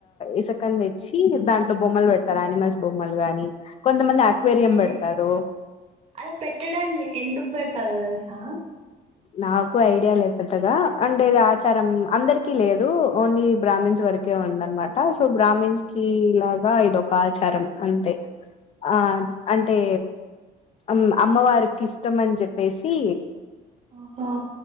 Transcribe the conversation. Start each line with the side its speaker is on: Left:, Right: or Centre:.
Left: ఇసుకం తెచ్చి దాంట్లో బొమ్మలు పెడతారు అనిమల్స్ బొమ్మలు గాని కొంతమంది అక్వేరియం
Right: ఓకే
Left: పెడతారు
Right: అలా పెట్టడానికి ఎందుకు పెడతారు తెలుసా
Left: నాకు ఐడియా లేదు పెద్దగా అంటే ఇది ఆచారం అందరికీ లేదు ఓన్లీ బ్రాహ్మన్స్ వరకు ఇంకేమీ ఉందన్నమాట సో బ్రాహ్మిన్స్ కి ఇలాగా ఇది ఒక ఆచారం అంతే ఆ అంటే అమ్మ అమ్మవారికి ఇష్టం అని చెప్పేసి
Right: ఆహా